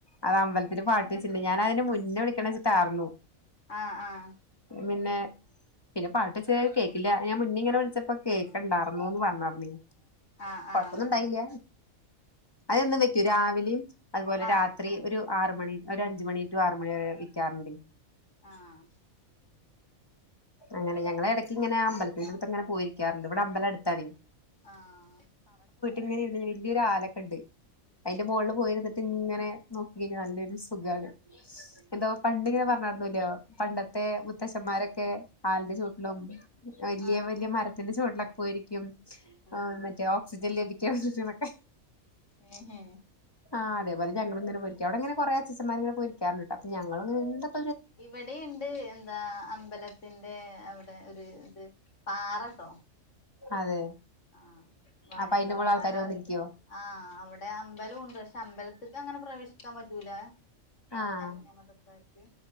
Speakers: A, on the left (about 20°); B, on the left (about 60°).
A: അത് അമ്പലത്തിന്
B: വേറെന്തൊക്കെ
A: പാട്ട് വെച്ചില്ലേ ഞാതിനന് മുന്നേ വിളിക്കണ വെച്ചിട്ടായിർന്നു
B: ആഹ ആഹ
A: പിന്നെ പിന്നെ പാട്ട ള കേക്കില്ല ഞാൻ മുന്നി ഇങ്ങനെ വിളിച്ചപ്പോ കേക്ക്ണ്ടായിന്നുന്ന് പറഞ്ഞ നീ
B: ആഹ് ആഹ്
A: കൊഴപ്പൊന്നും ഇണ്ടായില്ല അതന്ന് വെക്കൂ രാവിലെയും അതുപോലെ
B: ആഹ്
A: രാത്രി ഒരു ആറു മണി ഒരു അഞ്ച മണി ടു ആറു മണി വരെ വെക്കാറുണ്ട്
B: ആഹ
A: അങ്ങനെ ഞങ്ങളുടെ ഇടയ്ക്ക് ഇങ്ങനെ അമ്പലത്തിന്റെ അടുത്ത്ങ്ങനെ പോയിരിക്കാറുണ്ട് ഇവിടെ അമ്പലം അടുത്താണ
B: ആഹ
A: ഇങ്ങനെ വലിയൊരു ആലക്കണ്ട് അതിന്റെ
B: ഉം
A: മുകളിൽ പോയിരുന്നിട്ട് ഇങ്ങനെ നോക്കി കഴിഞ്ഞാൽ നല്ലൊരു സുഖമാണ് എന്താ
B: ഉം
A: പണ്ടിങ്ങനെ പറഞ്ഞായിരുന്നലോ പണ്ടത്തെ മുത്തശ്ശന്മാരൊക്കെ ആലിന്റെ ചൂട്ടിലും വലിയ
B: ആഹ്
A: വലിയ മരത്തിന്റെ ചൂടിലൊക്കെ പോയിരിക്കും
B: ആഹ്
A: മറ്റേ ഓക്സിജൻ ലഭിക്കാരിക്കൊക്കെ
B: ആ ഹഹ
A: ആ അതേപോലെ ഞങ്ങെരിക്ക അവിടെങ്ങനെ കു അച്ചന്മാരിങ്ങനെൊരിക്കാറുണ്ട് അൊ ഞങ്ങ എ
B: ഇവിടെുണ്ട് എന്താ അമ്പലത്തിന്റെ അവിടെ ഒരു ഇത് പാറടോ
A: അതെ
B: ആഹ വാണിമ്പലം
A: അപ്പൊ അതിന്റെ മോളിൽ
B: പാറാറി
A: ആൾക്കാര് വന്നിരിക്കോ
B: ആഹ അവിടെ അമ്പലം ഉണ്ട് അ മ്പലത്തിക്ക അങ്ങനെ പ്രവേശിക്കാൻ പറ്റൂല
A: ആഹ്
B: അന്യമതക്കാര്